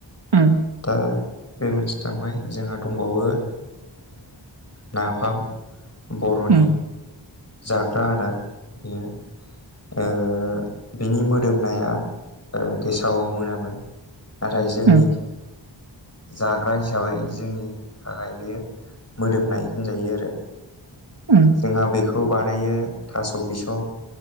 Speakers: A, on the right; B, on the left.
A: उम
B: दा बे मोनसे थांबाय जोंहा दंबावो ओ नाफाम बर'नि
A: उम
B: जाग्रा आदार बेयो ओ बिनि मोदोमनाया गेसाव ओ मोनामो नाथाय जोंनि
A: उम
B: जाग्रा हिसाबै जोंनि थाखाय बेयो मोदोमनाय होनजायो आरो।
A: उम
B: जोंहा बेखौ बानायो थास' बिसं